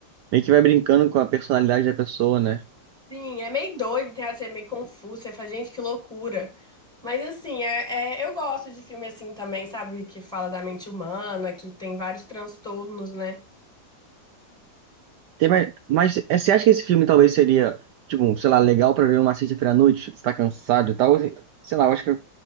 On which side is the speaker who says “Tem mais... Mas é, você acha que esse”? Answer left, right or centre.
Right